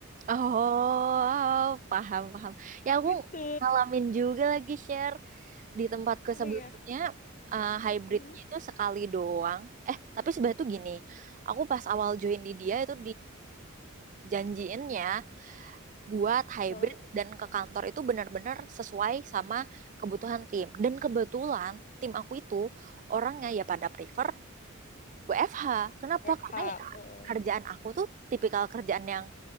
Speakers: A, on the right; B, on the left.
A: Oh, paham, paham. Ya, aku
B: gitu.
A: ngalamin juga lagi share. Di tempatku
B: Oh
A: sebelumnya
B: iya.
A: eh, hybridnya
B: Hmm.
A: itu sekali doang. Eh, tapi sebenarnya tuh gini, aku pas awal join di dia itu dijanjiinnya buat hybrid
B: Huh?
A: dan ke kantor itu benar-benar sesuai sama kebutuhan tim. Dan kebetulan tim aku itu orangnya ya pada prefer WFH. Kenapa?
B: FH.
A: Karena ya
B: heeh.
A: kerjaan aku tuh tipikal kerjaan yang